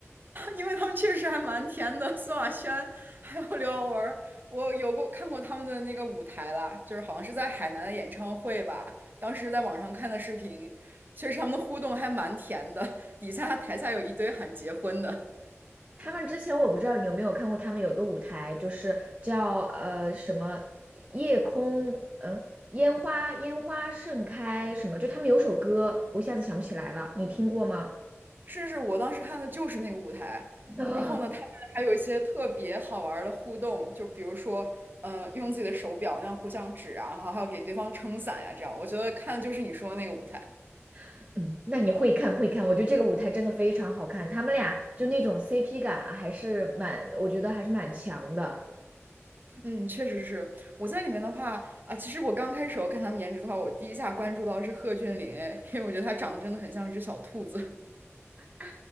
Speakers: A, on the right; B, on the right.
A: 因为他们确实还蛮甜的，苏亚轩还有刘耀文儿我有过看过他们的那个舞台啦，就是好像是在海南的演唱会吧，当时在网上看的视频，确实他们的互动还蛮甜的，底下台下有一堆喊结婚的，
B: 他们之前我不知道你有没有看过，他们有一个舞台，就是叫呃什么夜空，嗯、烟花烟花盛开什么，就他们有首歌，我一下子想不起来了，你听过吗？
A: 是是，我当时看的就是那个舞台，
B: 啊，
A: 然后呢，他们还有一些特别好玩儿的互动，就比如说，嗯，用自己的手表那样互相指啊，然后还有给对方撑伞呀、这样，我觉得看的就是你说的那个舞台。
B: <sniffs> 嗯，那你会看会看，我觉得这个舞台真的非常好看，他们俩就那种 CP 感还是蛮，我觉得还是蛮强的。
A: 嗯，确实是。我在里面的话啊，其实我刚开始我看他们颜值的话，我第一下关注到是贺峻霖，<laughs> 哎，因为我觉得他长得真的很像一只小兔子。
B: 啊，